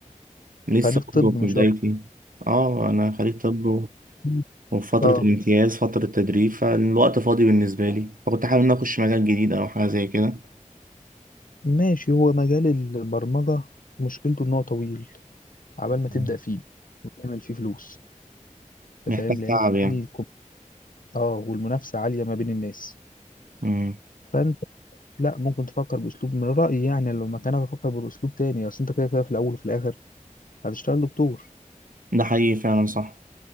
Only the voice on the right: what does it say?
لسه
برضه
في
بدايتي أه أنا خريج طب و-
وفي فترة
الامتياز فترة تدريب فالوقت فاضي بالنسبة لي فكنت حابب إن أنا أخش مجال جديد أو حاجة زي كده
مم.
محتاج
تعب يعني
مم.
ده حقيقي فعلا صح